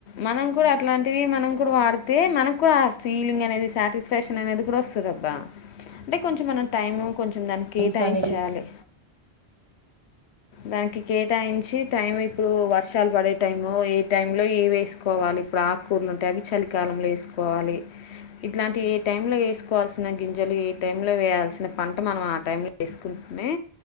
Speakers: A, on the left; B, on the right.
A: మనం కూడా అట్లాంటివి మనం కూడా వాడితే మనకు కూడా ఆ ఫీలింగ్ అనేది సాటిస్ఫై అనేది వస్తది అబ్బా అంటే కొంచెం మనం టైమ్ కొంచెం దాన్ని
B: టైల్స్
A: కేటాయించయాలి
B: అనేది
A: దానికి కేటాయించి టైం ఇప్పుడు వర్షాలు పడే టైం ఏ టై లో ఏవి వేసుకోవాలి ఇప్పుడు ఆకుకూరలు ఉంటాయి అవి చలికాలంలో వేసుకోవాలి ఇట్లాంటివి
B: హ్మ్
A: ఏ టైంలో వేసుకోవాలి గింజలు ఏ టైంలో వేయాల్సిన పంట మనం ఆ టైంలో వేసుకుంటూనే